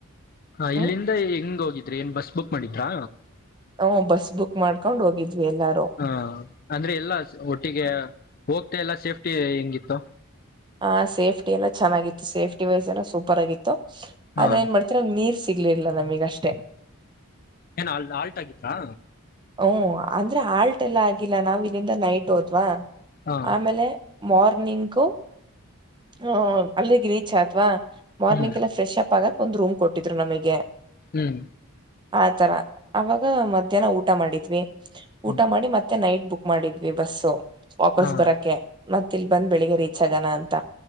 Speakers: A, on the left (about 40°); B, on the right (about 20°).
A: ಹ ಇಲ್ಲಿಂದ
B: ಹ್ಮ
A: ಹೆಂಗ ಹೋಗಿದ್ ್ರ ಏನ್ ಬಸ್ ಬುಕ್ ಮಾಡಿದ್ರಾ
B: ಹ್ ಬಸ್ ಬುಕ್ ಮಾಡ್ಕೊಂಡ್ ಹೋಗಿದ್ವಿ ಎಲ್ಲಾರು
A: ಹಾ ಅಂದ್ರೆ ಎಲ್ಲ ಒಟ್ಟಿಗೆ ಹೋಗ್ತಾ ಎಲ್ಲ ಸೇಫ್ಟಿ ಹೆಂಗಿತ್ತು
B: ಹ ಸೇಫ್ಟಿ ಏನೋ ಚೆನ್ನಾಗಿತ್ತು ಸೇಫ್ಟಿ ವೈಸ್ ಏನೋ ಸೂಪರ್ ಆಗಿತ್ತು
A: ಹಾ
B: ಆದ್ರೆ ಏನ್ ಮಾಡ್ತೀರ ನೀರ್ ಸಿಗ್ಲಿಲ್ಲ ನಮಗಷ್ಟೇ
A: ಏನ್ ಆಲ್ಟ ಆಗಿದ್ದಾ.
B: ಹು ಅಂದ್ರೆ ಆಲ್ಟ್ ಎಲ್ಲ ಆಗಿಲ್ಲ ನಾವ್ ಇಲ್ಲಿಂದ ನೈಟ್ ಹೋದ್ವಾ
A: ಹಾ
B: ಆಮೇಲೆ ಮಾರ್ನಿಂಗು ಹ್ಮ ಅಲ್ಲಿಗೆ ರೀಚ್ ಆದ್ವಾ ಮಾರ್ನಿಂಗ್
A: ಹ್ಮ್
B: ಎಲ್ಲ ಫ್ರೆಶ್ಅಪ್ ಆಗಕ್ ಒಂದ್ ರೂಮ್ ಕೊಟ್ಟಿದ್ರು ನಮಗೆ
A: ಹ್ಮ್
B: ಆ ತರ ಅವಾಗ ಮಧ್ಯಾಹ್ನ ಊಟ ಮಾಡಿದ್ <inaudible>
A: ಹ್ಮ್
B: ಊಟ ಮಾಡಿ ಮತ್ತೆ ನೈಟ್ ಬುಕ್ ಮಾಡಿದ್ವಿ ಬಸ್ಸು ವಾಪಸ್
A: ಹಾ
B: ಬರಕ್ಕೆ ಮತ್ ಇಲ್ ಬಂದ್ ಬೆಳಿಗ್ಗೆ ರೀ <unintelligible> ಅಂತ